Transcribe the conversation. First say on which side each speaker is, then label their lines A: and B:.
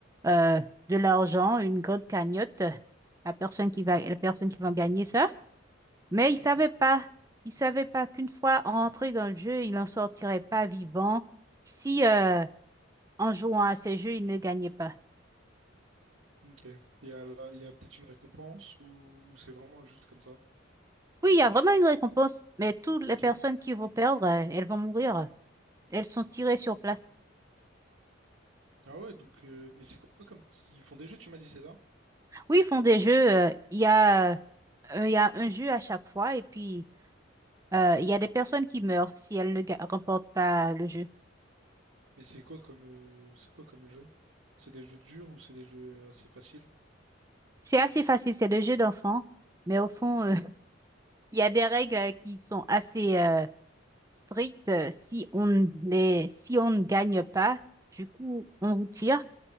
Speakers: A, on the right; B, on the right.
A: euh, de l'argent, une grande cagnotte, euh, la personne qui va, la personne qui va gagner ça. Mais ils savaient
B: Mhm.
A: pas, ils savaient pas qu'une fois rentrés dans le jeu, ils n'en sortiraient pas vivants si, euh, en jouant à ces jeux, ils ne gagnaient pas.
B: Ok. Il y a, la- il y a peut-être une récompense ou, ou c'est vraiment juste comme ça?
A: Oui, il y a vraiment une récompense, mais toutes les
B: Ok.
A: personnes qui vont perdre, euh, elles vont mourir. Elles sont tirées sur place.
B: Ah ouais, donc euh, et c'est quoi comme t- ils font des jeux, tu m'as dit, c'est ça?
A: Oui, ils font des jeux. euh, Il y a, euh, il y a un jeu à chaque fois et puis euh, il y a des personnes qui meurent si elles ne ga- remportent pas le jeu.
B: Mais c'est quoi comme euh, c'est quoi comme jeu? C'est des jeux durs ou c'est des jeux euh, assez faciles?
A: C'est assez facile, c'est des jeux d'enfants, mais au fond, euh, <laughs> il y a des règles euh, qui sont assez euh, strictes. euh, Si on ne- si on ne gagne pas, du coup, on vous tire.